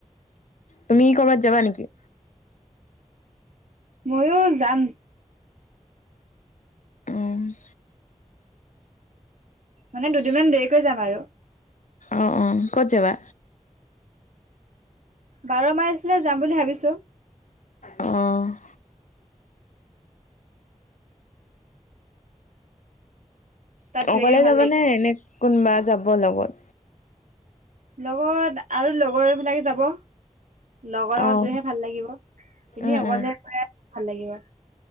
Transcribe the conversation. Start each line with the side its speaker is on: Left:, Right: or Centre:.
Left: তুমি কৰৰবাত যাবা নেকি?
Right: ময়ো যাম।
Left: অম <unintelligible>
Right: মানে দুদিনমান দেৰিকৈ যাম আৰু।
Left: অ', অ', ক'ত যাবা?
Right: বাৰ মাইল ফালে যাম বুলি ভাবিছো।
Left: অ'।
Right: তাত গৈ
Left: অকলে
Right: কিনে ভাল
Left: যাব
Right: লাগিব।
Left: নে এনে কোনোবা যাব লগত?
Right: লগত আৰু লগৰবিলাকে যাব। লগৰ লগত
Left: অঁ
Right: গৈহে ভাল লাগিব এনেই
Left: উম
Right: অকলে
Left: উম
Right: গৈ ভাল লাগিব।